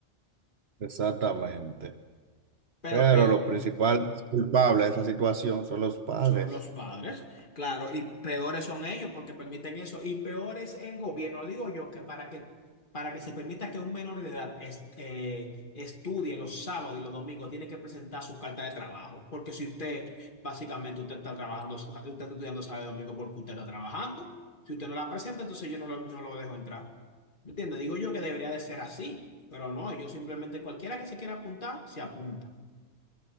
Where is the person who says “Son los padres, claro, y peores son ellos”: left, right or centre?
Left